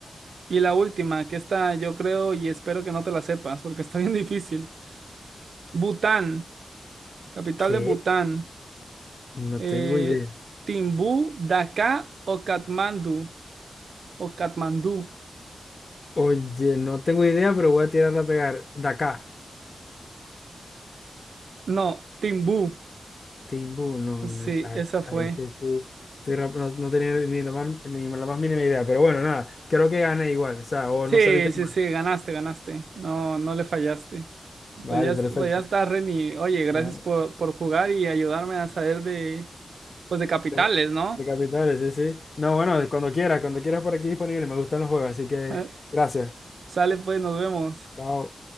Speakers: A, on the right (about 80°); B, on the left (about 40°).
A: Y la última, que esta yo creo y espero que no te la sepas porque está bien difícil. Bután, capital
B: ¿Qué?
A: de Bután.
B: No
A: Eh,
B: tengo idea.
A: Timbú, Daká o Katmandú. O Katmandú.
B: Oye, no tengo idea, pero voy a tirarla a pegar. Dakar.
A: No, Timbú.
B: Timbú, no,
A: Sí,
B: no. Ahí,
A: esa fue.
B: ahí sí estoy. estoy rap- no, no tenía ni la más, ni la más mínima idea, pero bueno, nada, creo que gané igual, o sea, o
A: Sí,
B: no salí tan
A: sí,
B: mal.
A: sí, ganaste, ganaste. No, no le fallaste.
B: Vale,
A: Pues ya, es-
B: perfecto.
A: pues ya está, Reni. Oye, gracias
B: Bueno,
A: por, por jugar y ayudarme a saber de, pues de capitales,
B: de,
A: ¿no?
B: de capitales, sí, sí. No, bueno, cuando quieras, cuando quieras por aquí disponible. Me gustan los juegos, así que
A: <laughs>
B: gracias.
A: Sale, pues, nos vemos.
B: Chao.